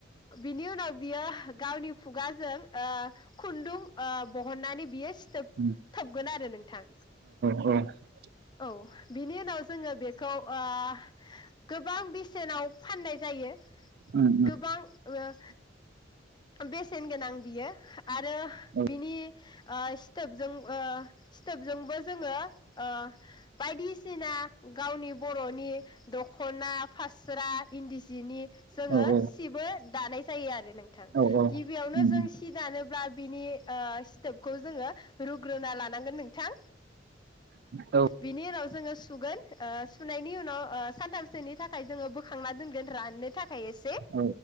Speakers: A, on the left; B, on the right.
A: बिनि उनाव बियो। गावनि खुगाजों ओह खुन्दुं ओ बहननानै बियो सिथ थोब
B: उम
A: थोबगोन आरो नोंथां।
B: <unintelligible>
A: औ बिनि उनाव जोङो बेखौ ओह गोबां बेसेनाव फाननाय जायो।
B: उम उम
A: गोबां ओ बेसेन गोनां बियो आरो
B: औ
A: बिनि ओह स्थोबजों ओह सिथ स्थोबजोंबो जोङो ओह बायदिसिना गावनि बर'नि दखना फास्रा। इन्दि सिनि जोङो
B: औ औ
A: सिबो दानाय जायो आरो नोंथां
B: औ
A: गिबियावनो
B: उम उम
A: जों सि दानोब्ला बिनि ओह स्थोब खौ जोङो रुग्रोना लान नांगोन नोंथां।
B: औ
A: बिनि उनाव जोङो सुगोन। ओह सु सुनायनि उनाव ओह सानथामसोनि थाख थाखाय जोङो बोखांना दोनगोन राननो थाख थाखाय एसे
B: औ